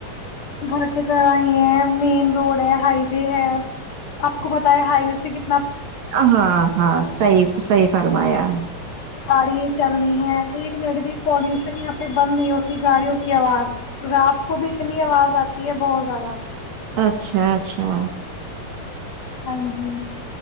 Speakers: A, on the left (about 55°); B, on the right (about 60°).
A: گھر کی طرح ہی ہے مین روڈ ہے ہائی وے ہے آپ کو بتایا ہائی وے سے کتنے
B: ہ ہاں ہاں صحی صحی فرمایا
A: گاڑی چلنی ہے ایک منٹ بھی پولوشن یہاں پہ بند نہیں ہوتی گاڑیوں کی آواز رات کو بھی اتنی آواز آتی ہے بہت زیادہ
B: اچھا اچھا
A: ہاں جی